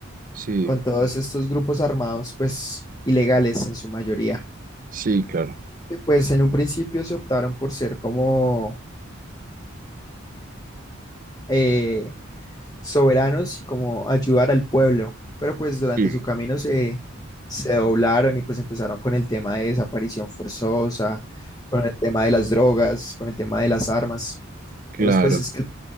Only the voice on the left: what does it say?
con todos estos grupos armados, pues, ilegales en su mayoría.
Que pues en un principio se optaron por ser como eh, soberanos y como ayudar al pueblo. Pero pues durante
su camino se, se doblaron y pues empezaron con el tema de desaparición forzosa, con el tema de las drogas, con el tema de las armas. Entonces
pues es que el